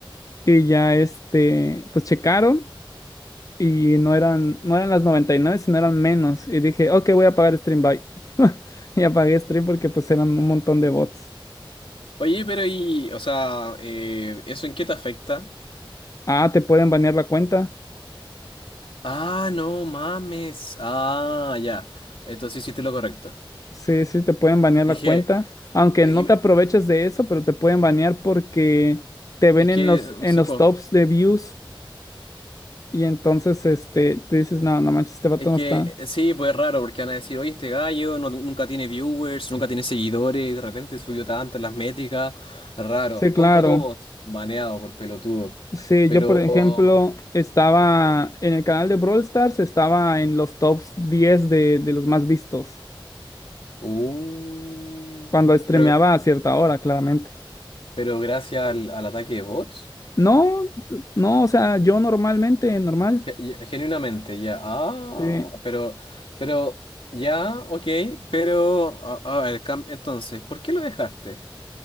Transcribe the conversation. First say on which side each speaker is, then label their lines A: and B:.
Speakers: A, on the left; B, on the left.
A: Y ya, este, pues checaron. Y no eran, no eran las 99 sino eran menos. Y dije, ok, voy a apagar Stream Bye. <laughs> Y apagué Stream porque pues eran un montón de bots.
B: Oye, pero y, o sea, eh, ¿eso en qué te afecta?
A: Ah, ¿te pueden banear la cuenta?
B: Ah, no mames. Ah, ya. Entonces hiciste lo correcto.
A: Sí, sí, te pueden banear
B: Es
A: la
B: que,
A: cuenta. Aunque
B: y-
A: no te aproveches de eso, pero te pueden banear porque te ven
B: es
A: en
B: que,
A: los, en
B: sí,
A: los
B: pues.
A: tops de views. Y entonces, este, tú dices, no, no manches, este vato
B: Es que
A: no está.
B: eh, sí, pues es raro, porque van a decir, oye, este gallo no- nunca tiene viewers, nunca tiene seguidores, y de repente subió tanto en las métricas. Raro.
A: Sí, claro.
B: Contra todo bots, baneado por pelotudo.
A: Sí,
B: Pero.
A: yo por ejemplo estaba en el canal de Brawl Stars, estaba en los tops 10 de, de los más vistos.
B: Uh,
A: Cuando streameaba
B: pero,
A: a cierta hora, claramente.
B: pero gracias al, al ataque de bots.
A: No, no, o sea, yo normalmente, normal,
B: ge- ye- Genuinamente, ya. Ah,
A: sí,
B: pero. Pero. Ya, ok, pero. A, a ver, cam- entonces, ¿por qué lo dejaste?